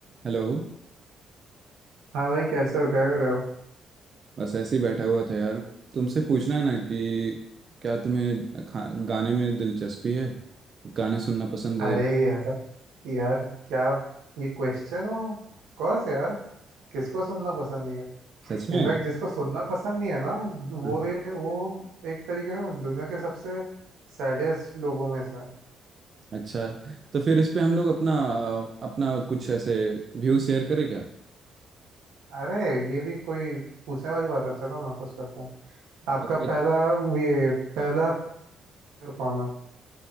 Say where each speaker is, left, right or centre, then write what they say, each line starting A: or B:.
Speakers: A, on the right (about 45°); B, on the right (about 85°).
A: Hello
B: हाँ भाई कैसे हो क्या कर रहे हो
A: बस ऐसे ही बैठा हुआ था यार तुमसे पूछना है ना कि क्या तुम्हें खा- गाने में दिलचस्पी है गाने सुनना पसंद
B: अरे
A: है
B: यार यार क्या ये क्वेश्चन हुआ ऑफ कोर्स यार किसको सुनना पसंद नहीं है
A: सच में
B: इनफैक्ट जिसको सुनना पसंद नहीं है ना वो
A: हाँ,
B: ये- वो एक तरीके से ना दुनिया के सबसे सैडेस्ट लोगों में से है
A: अच्छा तो फिर इस पे हम लोग अपना अपना कुछ ऐसे व्यू शेयर करें क्या
B: अरे ये भी कोई पूछने वाली बात है चलो ना कुछ करता है आपका
A: ओके
B: पहला ये पहला सिंगर कौन है